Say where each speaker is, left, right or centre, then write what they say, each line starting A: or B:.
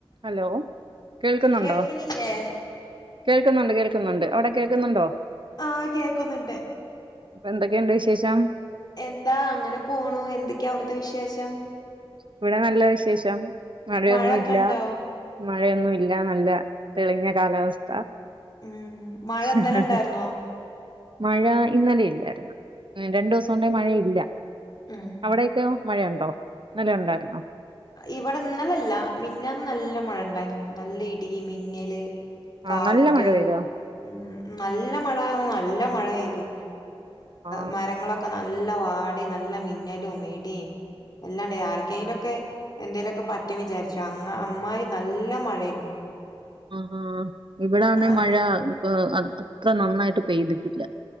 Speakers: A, on the right (about 60°); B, on the left (about 45°).
A: Hello കേൾക്കുന്നുണ്ടോ,
B: കേൾക്കണില്ലേ
A: കേൾക്കുന്നുണ്ട് കേൾക്കുന്നുണ്ട് അവിടെ കേൾക്കുന്നുണ്ടോ?
B: ആ കേക്കുന്നുണ്ട്
A: അപ്പൊ എന്തൊക്കെയുണ്ട് വിശേഷം?
B: എന്താ അങ്ങനെ പോണു, എന്തൊക്കെയാ അവിടുത്തെ വിശേഷം?
A: ഇവിടെ നല്ല വിശേഷം മഴയൊന്നും
B: മഴൊക്കെ
A: ഇല്ല.
B: ഉണ്ടോ
A: മഴയൊന്നും ഇല്ല നല്ല തെളിഞ്ഞ കാലാവസ്ഥ.
B: ഉം മഴ
A: <unintelligible>
B: ഇന്നലെ ഉണ്ടായിരുന്നോ
A: മഴ ഇന്നലെ ഇല്ലാരുന്ന് രണ്ടു ദിസം കൊണ്ടേ മഴ ഇല്ല,
B: ഉം
A: അവിടൊക്കെയൊ മഴയുണ്ടോ? ഇന്നലെണ്ടായിരുന്നോ?
B: ഇവിടെ ഇന്നലെലില്ല, മിന്നാന്ന് നല്ല മഴ ഇണ്ടായിരുന്നു നല്ല ഇടി, മിന്നല്
A: ആ
B: കാറ്റ്
A: നല്ല മഴ പെയ്തോ
B: ഉം നല്ല മഴ നല്ല മഴ പെയ്തു.
A: ആ
B: മരങ്ങളൊക്കെ <unintelligible> നല്ല വാടി നല്ല മിന്നലും മിടിം എല്ലാണ്ട് ആർക്കേലൊക്കെ എന്തേലൊക്കെ പറ്റും വിചാരിച്ചു. അങ അമ്മായി നല്ല മഴേര്ന്നൂ
A: ആ ഇവിടന്ന
B: ആഹ്
A: മഴ അത്ര നന്നായിട്ട് പെയ്തിട്ടില്ല.